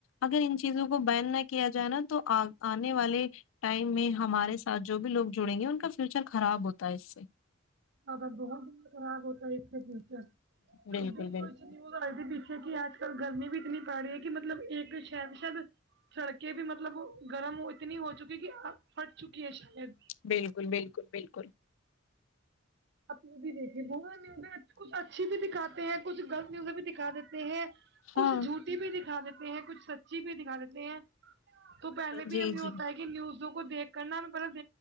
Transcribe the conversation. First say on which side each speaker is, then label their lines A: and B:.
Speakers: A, on the left; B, on the right.
A: اگر ان چیزوں کو بین نہ کیا جائے نا تو آنے والے ٹائم میں ہمارے ساتھ جو بھی لوگ جڑیں گے ان کا فیوچر خراب ہوتا ہے اس سے
B: بہت بت خراب ہوتا ہے اس سے فیوچر
A: بالکل
B: ابھی
A: بالکل
B: کچھ نیوز آئی تھی پیچھے کہ آج کل گرمی بھی اتنی پڑ رہی ہے کہ مطلب ایک شاید شاید سڑکیں بھی مطلب گرم اتنی ہو چکی ہے کہ اب پھٹ چکی ہے شاید
A: بالکل بالکل بالکل
B: اپنی بھی دیکھیے ب نیوز کچھ اچھی بھی دکھاتے ہیں کچھ غلط نیوز بھی دکھا دیتے ہیں
A: ہاں
B: کچھ جھوٹی بھی دکھا دیتے ہیں کچھ سچی بھی دکھا دیتے ہیں تو پہلے
A: جی
B: بھی ہمیں ہوتا
A: جی
B: ہے نیوزوں کو دیکھ کر نہ مطلب